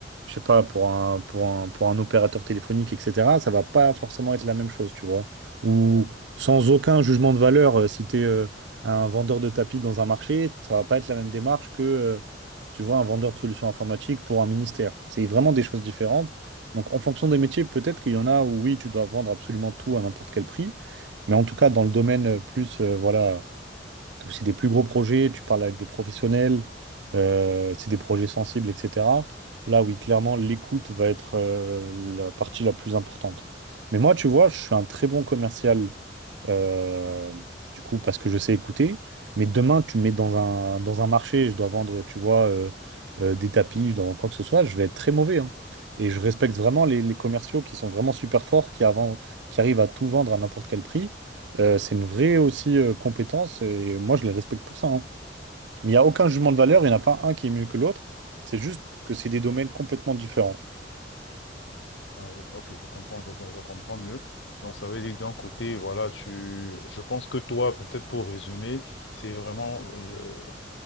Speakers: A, on the right; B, on the left.
A: je sais pas, pour un, pour un, pour un opérateur téléphonique, etc., ça va pas forcément être la même chose, tu vois. Ou sans aucun jugement de valeur, euh, si tu es un vendeur de tapis dans un marché, ça va pas être la même démarche que, euh, tu vois, un vendeur de solutions informatiques pour un ministère. C'est vraiment des choses différentes. Donc, en fonction des métiers, peut-être qu'il y en a où, oui, tu dois vendre absolument tout à n'importe quel prix. Mais en tout cas, dans le domaine euh, plus, euh, voilà ou c'est des plus gros projets, tu parles avec des professionnels, euh, c'est des projets sensibles, etc. Là, oui, clairement, l'écoute va être euh, la partie la plus importante. Mais moi, tu vois, je suis un très bon commercial, euh, du coup, parce que je sais écouter. Mais demain, tu me mets dans un, dans un marché, je dois vendre, tu vois, euh, euh, des tapis, je dois vendre quoi que ce soit, je vais être très mauvais, hein. Et je respecte vraiment les, les commerciaux qui sont vraiment super forts, qui, avant, qui arrivent à tout vendre à n'importe quel prix. Euh, c'est une vraie aussi euh, compétence et moi je les respecte pour ça. hein. Mais il n'y a aucun jugement de valeur, il n'y en a pas un qui est mieux que l'autre. C'est juste que c'est des domaines complètement différents.
B: Ah oui, ok, je comprends, je, je comprends mieux. Donc, ça veut dire que d'un côté, voilà, tu, je pense que toi, peut-être pour résumer, c'est vraiment, euh,